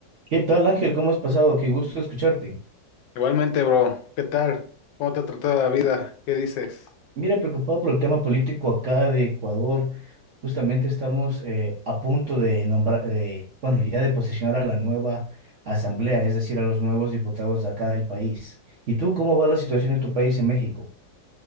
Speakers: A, on the right (about 65°); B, on the left (about 75°).
A: ¿Qué tal, Ángel? ¿Cómo has pasado? Qué gusto escucharte.
B: Igualmente, bro, ¿qué tal? ¿Cómo te ha tratado la vida? ¿Qué dices?
A: Mira, preocupado por el tema político acá de Ecuador. Justamente estamos eh, a punto de nombrar, de, bueno, ya de posesionar a la nueva asamblea, es decir, a los nuevos diputados de acá del país. ¿Y tú cómo va la situación en tu país, en México?